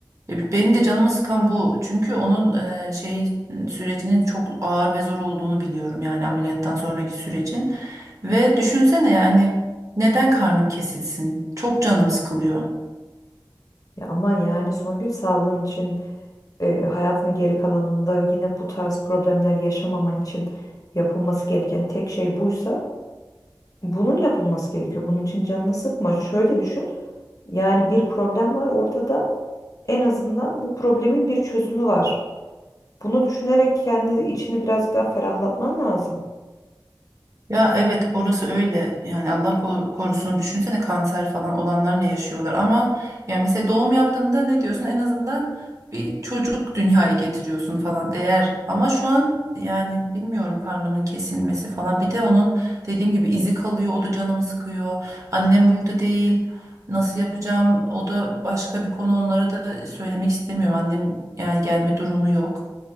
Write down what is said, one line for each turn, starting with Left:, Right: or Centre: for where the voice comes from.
Right: E, benim de canımı sıkan bu. Çünkü onun e, şey sürecinin çok ağır ve zor olduğunu biliyorum yani ameliyattan sonraki sürecin. Ve düşünsene yani neden karnım kesilsin? Çok canım sıkılıyor.
Left: Ya ama yani Songül sağlığın için e, hayatının geri kalanında yine bu tarz problemler yaşamaman için yapılması gereken tek şey buysa bunun yapılması gerekiyor. Bunun için canını sıkma. Şöyle düşün. Yani bir problem var ortada. En azından bu problemin bir çözümü var. Bunu düşünerek kendi içini birazcık daha ferahlatman lazım.
Right: Ya evet orası öyle yani Allah kor- korusun düşünsene kanser falan olanlar ne yaşıyorlar ama ya mesela doğum yaptığında ne diyorsun en azından bir çocuk dünyaya getiriyorsun falan değer ama şu an yani bilmiyorum karnımın kesilmesi falan bir de onun dediğim gibi izi kalıyor o da canımı sıkıyor annem burada değil nasıl yapacağım o da başka bir konu onlara da söylemek istemiyorum annem yani gelme durumu yok